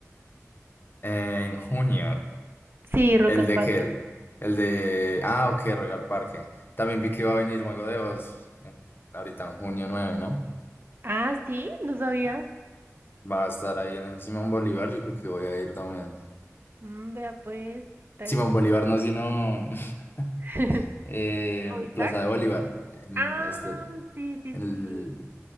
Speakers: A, on the left; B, on the right.
A: En junio,
B: Sí, Rock
A: el
B: al
A: de
B: Parque.
A: qué el, el de, ah, ok, Royal Parque. También vi que iba a venir Mago de Oz, eh, ahorita en junio nueve ¿no?
B: Ah, sí, no sabía.
A: Va a estar ahí en el Simón Bolívar, yo creo que voy a ir también.
B: Mm, vea pues, estaría.
A: Simón Bolívar no, sino
B: <laughs>
A: <laughs> eh,
B: ¿Movistar?
A: Plaza de Bolívar, en
B: Ah,
A: este,
B: sí, sí,
A: en el,
B: sí.